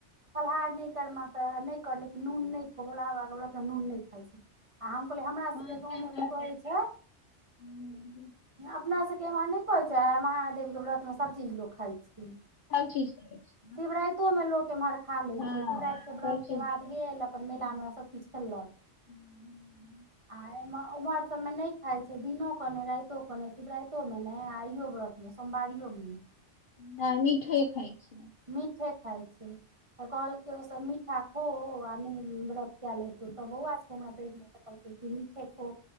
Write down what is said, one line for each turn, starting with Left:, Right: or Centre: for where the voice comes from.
Right: फलाहार नै करमें तऽ नै कर लेकिन नून नै खो भोला बाबा के ब्रत में नून नै खाइ छै। आ हम कहलिए हमरा सभके
Left: हँ सएह
Right: गाँवमे तऽ कहै छै
Left: कहू
Right: अपना सबके एम्हर नै। नै कहै छै महादेवके व्रतमे सबचीज लोक खाय छै!
Left: हर चीज <unintelligible>
Right: शिवराइतो मे लोक एम्हर खा लै
Left: सब
Right: छै, शिवराइत के व्रत
Left: चीज
Right: के बाद
Left: करै
Right: गेल अपन
Left: छी
Right: मेलामे सब किच खेललक!
Left: <inaudible>
Right: आ एम उम्हर सब मे नै खाय छै दिनो क नै रैतो क नै शिवराइत। <unintelligible> नहि आ इहो व्रतमे सोमवारियो मे नै।
Left: ना मीठे खाइ छि।
Right: मीठे खाय छी त कहलक ओ सब मीठा खो आ। व्रत केल हेतो तऽ बउआ सब रहे हमरा पेट में तऽ कहल कै मीठे खो।